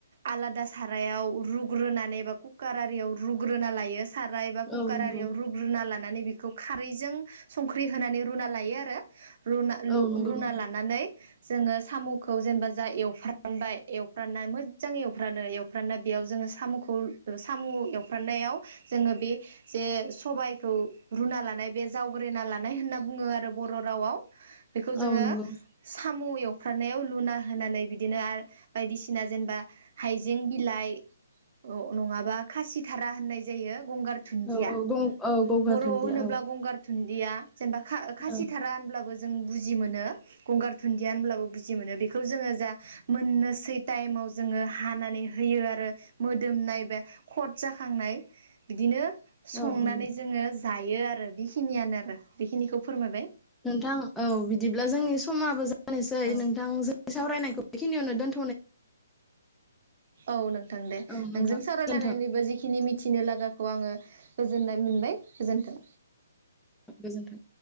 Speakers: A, on the right; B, in the centre.
A: आलादा सारायाव रुग्रोनानै बा कुकाराव आरियाव रुग्रोना लायो साराय एबा कुकार
B: औ नंगौ
A: आरियाव रुग्रुना ला नानै बेखौ खारैजों संख्रि होनानै रुना लायो आरो रुना लु
B: औ नंगौ
A: रुना
B: नोंथां
A: लानानै जोङो सामखौ जेनेबा जा एवफ्रामबाय एवफ्रामना मोजां एवफ्राननो, एवफ्राना बेयाव जोङो सामखौ सामु एवफ्रानायाव जोङो बे जे सबायखौ रुना लानाय बे जावग्रोना लानाय होनना बुङो आरो बर' रावाव, बेखौ जोङो
B: औ नंगौ
A: साम एव खारनायाव लुना होनानै बिदिनो आरो बायदिसिना जेनेबा हाज हाजें बिलाइ औ नङाबा खासि थारा होननाय जायो गंगार दुन्दिया
B: औ औ गं औ गंगार
A: बर'
B: दुन्दिया
A: होनोब्ला
B: औ
A: गंगार धुन्दिया जेनेबा खा
B: औ
A: खासि
B: औ
A: थारा होनब्लाबो जों बुजि मोनो गंगार धुन्दिया होनब्लाबो बुजि खुसि मोनो बेखौ जोङो जा मोननोसै टाइमाव जोङो हाना नै होयो आरो मोदोमनाय बे खट जाखांनाय बिदिनो,
B: औ नंगौ
A: संनानै जोङो, जायो आरो बेखिनियानो, आरो बेखिनिखौ फोरमायबाय
B: नोंथां औ बिदिब्ला जोंनि समाबो जानोसै
A: औ
B: नोंथां जोंनि सावरायनाय, बेखिनि आवनो दोन
A: औ नोंथां दे
B: जाबाय औ
A: नोंजों
B: नोंथां गोजोन्थों
A: सावरायलायनानैबो जिखिनि मिथिनो लागा खौ आङो गोजोननाय मोनबाय गोजोन्थों।
B: गोजोन्थों।